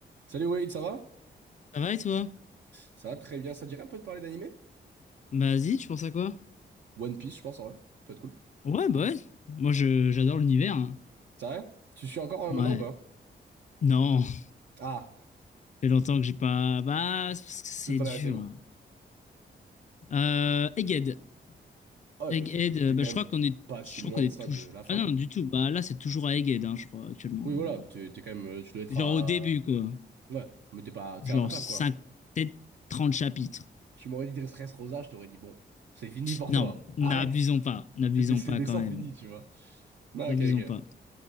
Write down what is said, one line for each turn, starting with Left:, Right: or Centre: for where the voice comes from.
Right: Salut Wade, ça va?
Left: Ça va et toi?
Right: Ça va très bien, ça te dirait un peu de parler d'animé?
Left: Bah vas-y, tu penses à quoi?
Right: One Piece, je pense, en vrai. Ça peut être cool.
Left: Ouais, bah ouais. Moi, je j'adore l'univers. hein.
Right: C'est vrai? Tu suis encore euh,
Left: Ouais.
Right: maintenant ou pas?
Left: Non, ça
Right: Ah,
Left: fait longtemps que j'ai pas. Bah, c'est parce que c'est
Right: tu t'en
Left: dur.
Right: es arrêté où?
Left: hein. Euh, Egghead.
Right: Ah Ouais,
Left: Egghead,
Right: bah c'est que
Left: euh,
Right: t'es
Left: bah,
Right: quand
Left: je crois
Right: même
Left: qu'on est.
Right: pas si
Left: Je
Right: loin
Left: crois qu'on est
Right: de ça
Left: toujours.
Right: de la fin.
Left: Ah non, du tout. Bah là, c'est toujours à Egghead, hein, je crois, actuellement.
Right: Oui, voilà, t'es t'es quand même. euh, Tu dois être
Left: Euh, Genre
Right: à.
Left: au début, quoi.
Right: Ouais, mais t'es pas. T'es
Left: Genre
Right: rattrapable,
Left: 5,
Right: quoi.
Left: peut-être 30 chapitres.
Right: Tu m'aurais dit Dressrosa, je t'aurais dit bon, c'est fini pour
Left: Non,
Right: toi.
Left: n'abusons
Right: Arrête!
Left: pas. N'abusons
Right: C'est des, c'est
Left: pas
Right: des
Left: quand
Right: sangs
Left: même.
Right: finis, tu vois. Non,
Left: N'abusons
Right: ok, ok.
Left: pas.